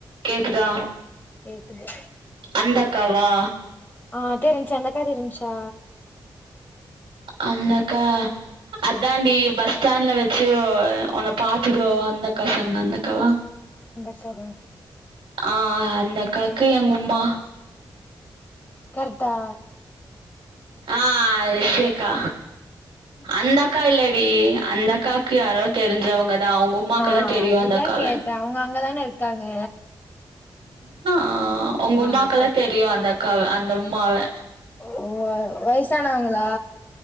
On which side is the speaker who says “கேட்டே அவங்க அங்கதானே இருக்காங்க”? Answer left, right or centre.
Left